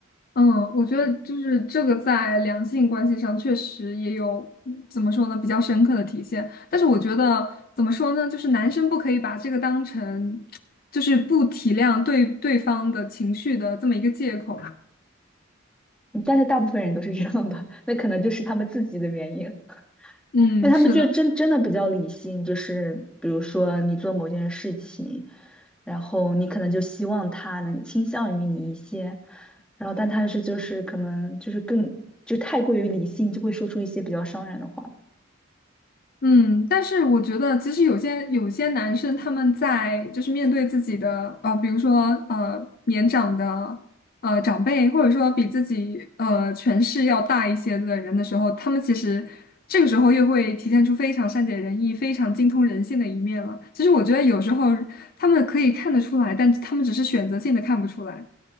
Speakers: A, on the left (about 45°); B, in the centre.
A: 嗯，我觉得就是这个在两性关系上确实也有怎么说呢，
B: 对，
A: 比较深刻的体现。但是我觉得怎么说呢，就是男生不可以把这个当成就是不体谅对对方的情绪的这么一个借口。
B: 嗯但是大部分人都是这样的，<laughs> 那可能就是他们自己的原因。
A: 嗯，
B: 但他们就真真的比较理性，
A: 是的。
B: 就是比如说你做某件事情，然后你可能就希望他能倾向于你一些，然后但他是就是可能就是更就太过于理性，就会说出一些比较伤人的话。<laughs>
A: 嗯，但是我觉得，其实有些有些男生他们在就是面对自己的呃，比如说呃年长的呃长辈，或者说比自己呃权势要大一些的人的时候，他们其实这个时候又会体现出非常善解人意、非常精通人性的一面了。其实我觉得有时候他们可以看得出来，但他们只是选择性的看不出来。